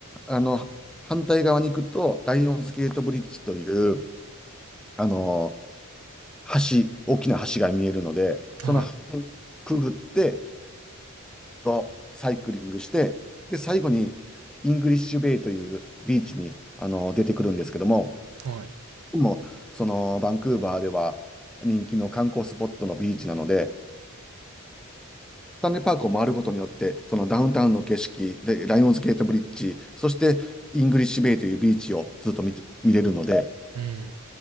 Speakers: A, in the centre; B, on the right.
A: あの、反対側に行くと、ライオンズゲートブリッジという、あの、橋、大きな橋が見えるので、その橋をくぐって、
B: い、
A: ろサイクリングして、で、最後にイングリッシュベイというビーチにあの出てくるんですけども、
B: はい。
A: もうそのバンクーバーでは人気の観光スポットのビーチなので、スタンレーパークを回ることによって、そのダウンタウンの景色で、ライオンズゲートブリッジ、そしてイングリッシュベイというビーチをずっと見て、見れるので、
B: うん。な